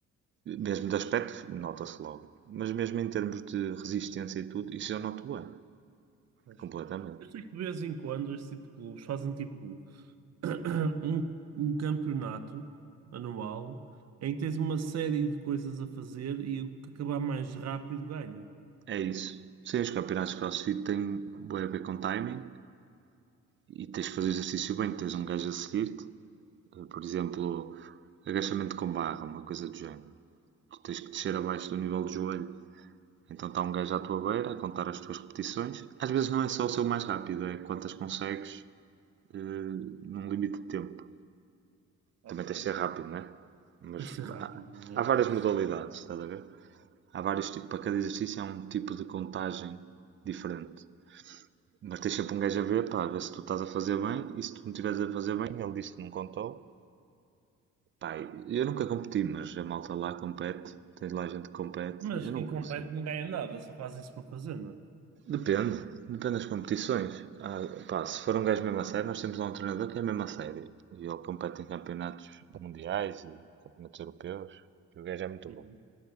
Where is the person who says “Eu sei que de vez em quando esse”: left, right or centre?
Right